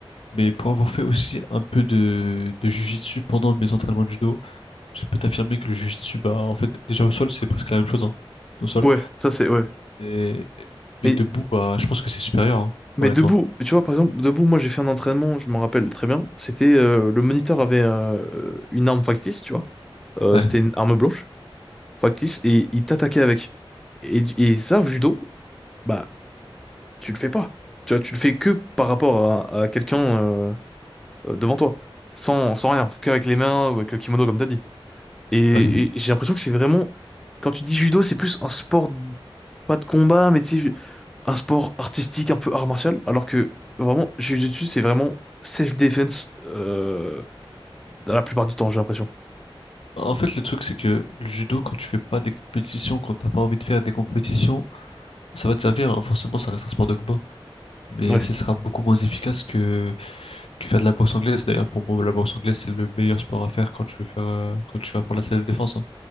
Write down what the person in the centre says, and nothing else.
Ouais, ça c'est... Ouais.
Mais,
mais
debout, tu vois, par exemple, debout, moi j'ai fait un entraînement, je m'en rappelle très bien. C'était... euh, le moniteur avait euh, une arme factice, tu vois. Euh,
c'était une arme blanche. factice, et il t'attaquait avec. Et, du- et ça, au judo, bah, tu le fais pas. Tu vois, tu le fais que par rapport à, à quelqu'un euh, euh, devant toi, sans, sans rien, qu'avec les mains ou avec le kimono, comme t'as dit. Et,
et j'ai l'impression que c'est vraiment, quand tu dis judo, c'est plus un sport, pas de combat, mais tu sais, un sport artistique, un peu art martial, alors que vraiment, Jiu-Jitsu, c'est vraiment self-defense euh, dans la plupart du temps, j'ai l'impression.
Ouais.